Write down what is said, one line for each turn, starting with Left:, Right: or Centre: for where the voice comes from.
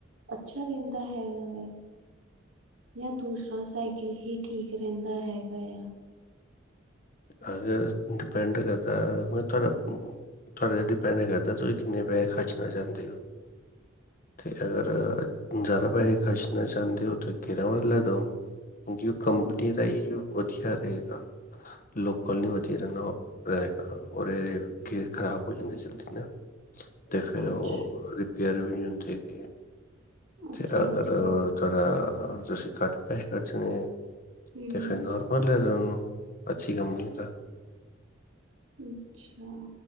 Right: ਅੱਛਾ ਰਹਿੰਦਾ ਹੈਗਾ ਵਾ, ਜਾਂ ਦੂਸਰਾ ਸਾਈਕਲ ਹੀ ਠੀਕ ਰਹਿੰਦਾ ਹੈਗਾ ਆ।
Left: ਅਗਰ ਡਿਪੈਂਡ ਕਰਦਾ ਮਹਾ ਤੁਹਾਡੇ ਤੇ ਡਿਪੈਂਡ ਕਰਦਾ ਤੁਸੀਂ ਕਿੰਨੇ ਪੈਸੇ ਖਰਚਣਾ ਚਾਹੁੰਦੇ ਹੋ, ਤੇ ਅਗਰ ਜ਼ਿਆਦਾ ਪੈਸੇ ਖਰਚ, ਚਣਾ ਚਾਹੁੰਦੇ ਔ ਤਾਂ ਗੇਰਾ ਵਾਲਾ ਲੇ ਦੋ, ਕਿਉਂਕਿ ਉਹ ਕੰਪਨੀ
Right: ਹੂੰ,
Left: ਦਾ ਹੀ ਵਧੀਆ। ਠੀਕ ਆ। ਲੋਕਲ ਨਹੀਂ ਵਧੀਆ ਰਹਿੰਦਾ ਰਹੇਗਾ ਔਰ ਇਹਦੇ ਗੇਅਰ ਖ਼ਰਾਬ ਹੋ ਜਾਂਦੇ ਜਲਦੀ ਨਾ, ਤੇ ਫਿਰ
Right: ਅੱਛਾ,
Left: ਉਹ, <unintelligible>
Right: ਅੱਛਾ,
Left: ਤੇ ਅਗਰ
Right: ਅੱਛਾ,
Left: ਤੁਹਾਡਾ, ਹਾਂ ਤੁਸੀਂ ਘੱਟ ਪੈਸੇ ਖਰਚਣੇ ਹੈ।
Right: ਹੂੰ।
Left: ਤੇ ਫਿਰ ਨੋਰਮਲ ਲੈ ਦੀ ਉਨੂੰ, ਅੱਛੀ ਕੰਪਨੀ ਦਾ,
Right: ਅੱਛਾ,